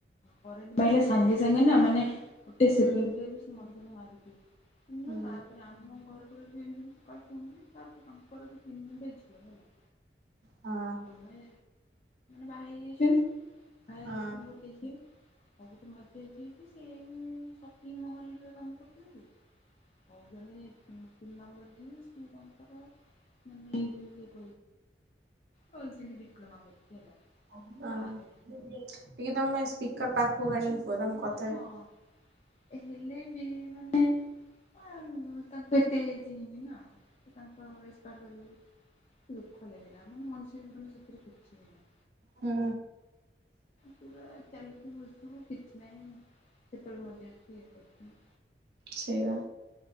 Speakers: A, on the left; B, on the right.
A: କରେଣ୍ଟ ମାଇଲେ ସାଙ୍ଗେ ସାଙ୍ଗେ ନା ମାନେ ଗୋଟେ ସେକେଣ୍ଡରେ
B: ହୁଁ
A: ବି ମଣିଷକୁ ମାରିଛିି ଶୁଣୁନ
B: ହୁଁ
A: ତାପରେ ଆମ ଆ ଘରକୁ ଦିନ ସକାଳେ ପୁଣିବି ତାପରେ ତାଙ୍କର ବି ତିନିଟା <unintelligible>
B: ହଁ।
A: ମାନେ ବାହା ହେଇଯାଇଛନ୍ତି ବା ହେଇ
B: ହଁ
A: <unintelligible> <unintelligible> ମରି ଯାଇଛିି ସେଇ ସପିଙ୍ଗ ମହଲରେ କାମ କରୁଛନ୍ତି। ହଉ ଜଣେ ତିନି ନମ୍ବର ଜିଏ ସିଏ ତାଙ୍କର <unintelligible> କରିଛନ୍ତି ଡିପ୍ଲୋମା କରିଛି ହେଲା।
B: ହଁ
A: ବାହାରେ।
B: ଟିକେ ତମେ ସ୍ପିକର ପାଖକୁ ଆଣିକି କୁହ ତମ କ
A: ହଁ ହେଲେ ସିଏ ମାନେ ଆ ତାଙ୍କୁ ଏତେ ଚିହ୍ନିନି ନା। ସେ ତାଙ୍କ ଇସପାୟାର କରିଗଲେ ଦୁଃଖ ଲାଗିଲା ମାନେ ମଣିଷ ଜୀବନ ସତରେ କିଛି ନାହିଁ।
B: ହୁଁ।
A: ପୁରା ଚାଲିକି ବସିବୁ କିଛି ନାହିଁ ସେତେବେଳେ ମଛି ଇଏ କରିଛି।
B: ସେଇବା